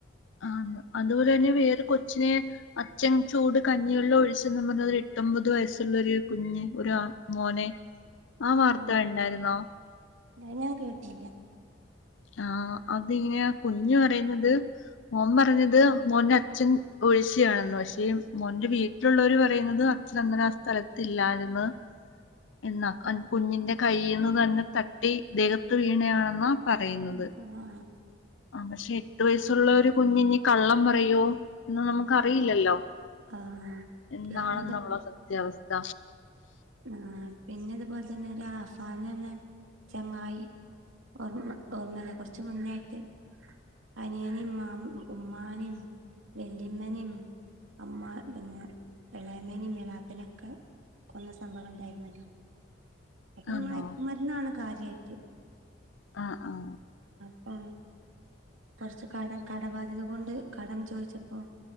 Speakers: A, on the left; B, on the right.
A: ആന്ന് അതുപോലെ തന്നെ വേറെ കൊച്ചിനെ. അച്ചൻ ചൂട് കഞ്ഞിയെള്ള ഒഴിച്ചന്ന്. പറഞ്ഞ് എട്ടൊമ്പത് വയസ് ള്ളരു കുഞ്ഞഞ് ഒരു മോനെ ആ വാർത്ത
B: ആഹ്
A: ഉണ്ടായിരുന്നോ?
B: അത് ഞാൻ കേട്ടില
A: ആഹ അതിങ്ങനെയാ കുഞ്ഞ് പറയുന്നത് മോൻ പറഞ്ഞത് മോന്റെ അച്ഛൻ പൊള്ളിച്ചതാനാന്നു പക്ഷേ മോൻ വീട്ടിലുള്ളവര് പറയുന്നത് അച്ഛൻ അങ്ങനെ ആ സ്ഥലത്തില്ലയിന് എന്നാ കുഞ്ഞിന്റെ കയ്യിൽ നിന്ന് തന്നെ തട്ടി ദേഹത്ത് വീണയാണെന്നാ? പറയുന്നത്
B: ആ ആ
A: ആ പക്ഷെ എട്ടു വയസ്സുള്ള ഒരു കുഞ്ഞിനി കള്ളം പറയോ? എന്നന്ന് നമുക്ക്റിയില്ലല്ലോ?
B: ആഹ്
A: എന്താണെന്നമ്മള
B: പിന്നെ
A: സത്യാവസ്ഥ
B: ആ പിന്നെ അതുപോലെ തന്നെ ഒരു ആഫാനന്ന ചങ്ങായി ഓർമ്മ ഓർമ്മല്ല കുറച്ച് മുന്നായിട്ട്. അനിയനും മാ ഉമ്മാനും വെല്ലിമ്മനും അമ്മ പിന്നെ ഇളയമേനി മേളാപ്പനൊക്കെ ന്ന സംഭവം ഉണ്ടായിരുന്നല്ലോ? അന്നെ
A: ആണോ
B: മയക്കുമരുന്നാണ് കാര്യമായിട്ട്.
A: ആഹ ആഹ
B: അ കൊറച്ച് കട കടബാധ്യത കൊണ്ട് കടം ചോദിച്ചപ്പോ?